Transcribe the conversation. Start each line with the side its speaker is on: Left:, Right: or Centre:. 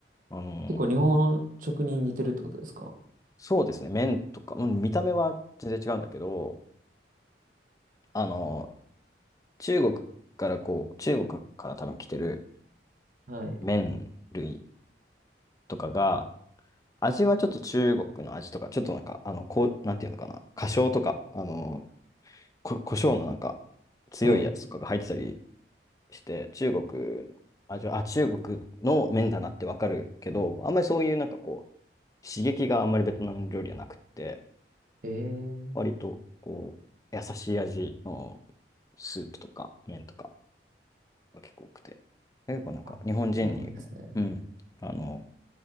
Left: あの、
Right: 結構日本食に似てるってことですか
Left: そうですね、麺とか、うん、見た目は全然違うんだけど、あの、中国からこう、中国から多分来てる
Right: はい。
Left: 麺類とかが、味はちょっと中国の味とか、ちょっとなんか、あの、こう、なんていうのかな、花椒とか、あの、こ、胡椒のなんか、強いやつとかが入ってたり
Right: はい。
Left: して、中国の味は、あ、中国の麺だなってわかるけど、あんまりそういうなんかこう、刺激があんまりベトナム料理はなくって、
Right: え
Left: 割とこう、
Right: え
Left: 優しい味のスープとか麺とかが結構多くて、結構なんか日本人に、
Right: あ、そうなんですね。
Left: うん、あの、